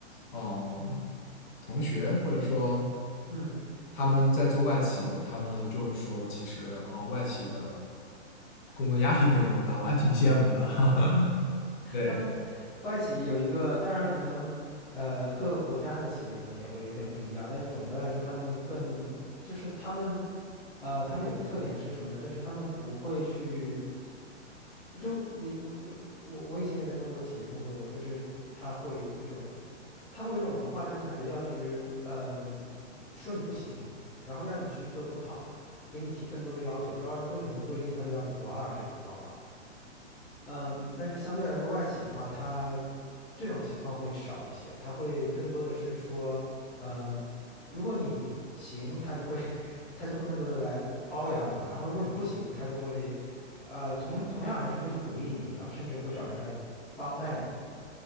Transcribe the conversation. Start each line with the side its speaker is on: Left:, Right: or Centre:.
Left: 嗯，同学或者说
Centre: 嗯。
Left: 他们在做外企的，他们呢就是说，其实啊、呃外企的工作压力没有那么大，我还挺羡慕的。<laughs> 对，
Centre: 他们外企有一个，当然可能呃各国家的企业可能也会有点不一样，但是总的来说，他们更就是他们呃他们有一个特点是什么呢？就是他们不会去就你你呃我我以前也在中国企业工作过，就是他会有一种他会有一种文化，就是感觉要一直嗯、说你不行，然后要你去做更好，给你提更多的要求，然后如果你能做一，他就要你做二这种状况。嗯，但是相对来说，外企的话，它这种情况会少一些，它会更多的是说，嗯，如果你行，他就会 <laughs> 他就会更多的来包养你，然后如果你不行，他就会，呃，同同样还是会去鼓励你，然后甚至会找人来帮带你，